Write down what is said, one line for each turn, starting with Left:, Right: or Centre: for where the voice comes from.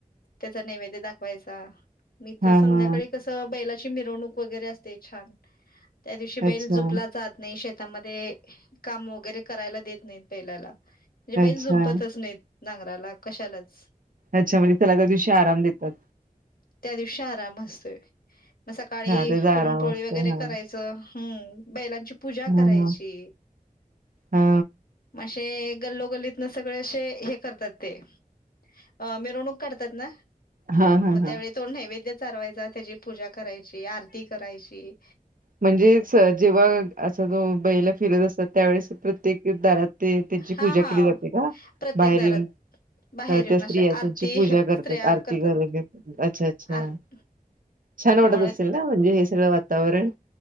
Left: त्याचा नैवेद्य दाखवायचा. मी
Right: हा
Left: तर संध्याकाळी
Right: हा
Left: कसं. बैलाची मिरवणूक वगैरे असते छान त्या दिवशी बैल
Right: अच्छा
Left: जुपला जात नाही. शेतामध्ये काम वगैरे करायला देत नाहीत बैलाला. म्हणजे बैल
Right: अच्छा
Left: झुंपतच नाहीत, नांगराला कशालाच
Right: अच्छा म्हणजे त्याला त्या दिवशी आराम देतात.
Left: त्या दिवशी आराम असतोय, मग सकाळी
Right: हा त्याचा
Left: पुरणपोळी
Right: आराम असतो
Left: वगैरे
Right: हा
Left: करायचं हम्म बैलांची पूजा
Right: हा
Left: करायची
Right: हा हा
Left: म अशा ते गल्लोगल्लीत न सगळे असे हे करतात ते. अ मिरवणूक काढतात ना?
Right: हा हा
Left: मग त्यावेळी
Right: हा
Left: तो नैवेद्य चारवायचा, त्याची पूजा करायची, आरती करायची.
Right: म्हणजेच जेव्हा असा जो बैलं फिरत असतात, त्यावेेळेस प्रत्येक दारात ते तेंची
Left: हा
Right: पूजा
Left: हा
Right: केली जाते का
Left: प्रत्येक
Right: बाहेर
Left: दारात
Right: येऊन?
Left: बाहेर
Right: अ
Left: येऊन
Right: त्या स्त्रिया
Left: अशा आरती
Right: त्यांची पूजा करतात,
Left: स्त्रिया
Right: आरती
Left: करतात
Right: करून घेतात अच्छा- अच्छा.
Left: आरती
Right: छान वाटत
Left: त्यामुळे
Right: असेल ना, म्हणजे हे सगळं वातावरण.